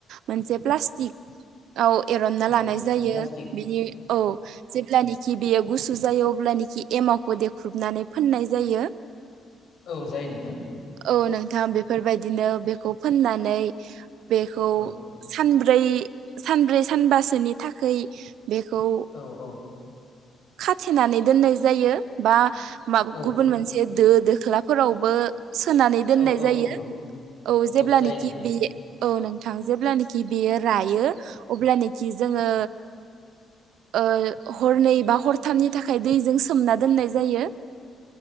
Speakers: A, on the right; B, on the left.
A: मोनसे प्लास्टिक औ एरनना
B: औ
A: लानाय जायो
B: प्लास्टिक
A: बिनि औ। जेब्लानखि बियो गुसु जायो अब्लानोखि एमावखौ देख्रुबनानै फोननाय जायो।
B: औ जायो नोंथां।
A: औ नोंथां बेफोर बायदिनो बेखौ फोननानै बेखौ
B: औ
A: सानब्रै ब्रै सानब्रै सानबासोनि थाखाय बेखौ
B: औ औ
A: खाथेनानै दोननाय जायो बा
B: औ
A: गुबुन मोनसे दो दोख्लाफोरावबो सोनानै दोननाय
B: औ औ
A: जायो
B: नंगौ
A: औ जेब्लानखि
B: जायो नोंथां
A: बे औ नोंथां जेब्लानखि बेयो रायो अब्लानखि जोङो ओं। हरनै बा हरथामनि थाखाय दैजों सोमना दोननाय जायो।